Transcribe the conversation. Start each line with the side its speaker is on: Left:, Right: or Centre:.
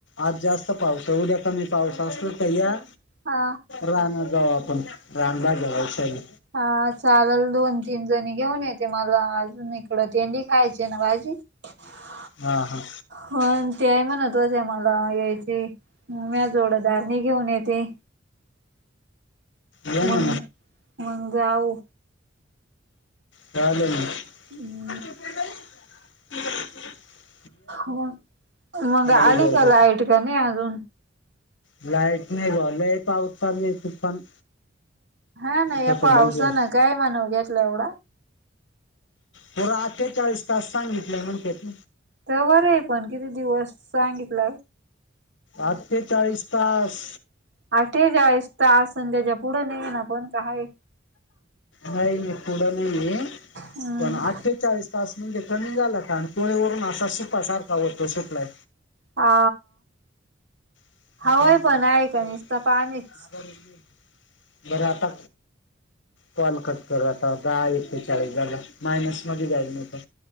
Left: आज जास्त पाऊस आहे उद्या कमी पाऊस असला तर या.
Right: हा
Left: रान्यात जाऊ आपण रानबाग जाऊ रिक्षायानी.
Right: हा चालेल दोन-तीन जणी घेऊन येते मला अजून इकडं तेनली खायची आहे ना भाजी. ह
Left: हा हा
Right: पण ते म्हणत होते मला <unintelligible> घेऊन येते.
Left: ये
Right: मग
Left: ना
Right: मग जाऊ.
Left: चालेल <unintelligible>
Right: हम्
Left: <inaudible>
Right: मग. मग
Left: मला
Right: आली
Left: वेळ
Right: का
Left: दे
Right: लाईट? का नाही अजून?
Left: लाईट नाही <unintelligible> लय पाऊस चालूय तुफान.
Right: हा ना या
Left: होतं
Right: पावसाने
Left: लय जोर
Right: काय मनावर घेतला एवढा.
Left: पुरा अठ्ठेचाळीस तास सांगितलय म्हणतेत.
Right: ते बर आहे, पण किती दिवस सांगितल.
Left: अठठेचाळीस तास.
Right: आठेच्याळीस तास. पण त्याच्या पुढ न ये ना पण. का आहे?
Left: नाही पुढ नाही आहे.
Right: हम्म
Left: पण अठ्ठेचाळीस तास म्हणजे कमी झाला आणि तोह वरून असा सुका सारखा होतो सुकलाय
Right: हा
Left: आर
Right: हवाय पण आहे का निसत पाणीच
Left: <inaudible> बर आता कॉल कट कर आता. दहा एक ते चाळीस झाला. मायनस मध्ये जाईल नाही तर,